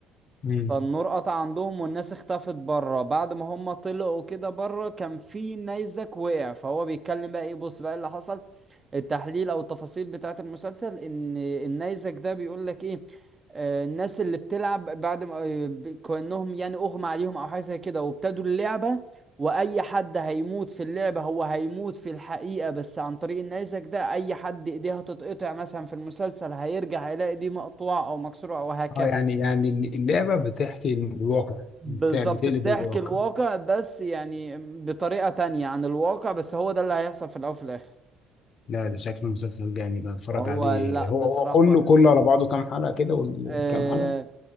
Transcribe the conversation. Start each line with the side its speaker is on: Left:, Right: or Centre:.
Left: مم.
Right: فالنور قطع عندهم والناس اختفت بره بعد ما هم طلعوا كده بره كان في نيزك وقع فهو بيتكلم بقى ايه بص بقى اللي حصل التحليل او التفاصيل بتاعه المسلسل ان النيزك ده بيقول لك ايه آه، الناس اللي بتلعب بعد ما آه، ب- كأنهم يعني أغمى عليهم أو حاجة زي كده وابتدوا اللعبة وأي حد هيموت في اللعبة هو هيموت في الحقيقة بس عن طريق النيزك ده أي حد إيديه هتتقطع مثلا في المسلسل هيرجع هيلاقي دي مقطوعة أو مكسورة أو هكذا
Left: اه يعني يعني اللعبة بتحكي الواقع
Right: بالظبط
Left: بتاع بتقلب
Right: بتحكي
Left: الواقع
Right: الواقع بس يعني بطريقة تانية عن الواقع بس هو ده اللي هيحصل في الأول وفي الآخر
Left: لا ده شكل مسلسل جامد أنا بتفرج
Right: هو
Left: عليه
Right: لا
Left: هو
Right: بصراحة
Left: هو كله
Right: هو
Left: كله
Right: حلو جدا
Left: على بعضه كام حلقة كده وكام
Right: أه
Left: حلقة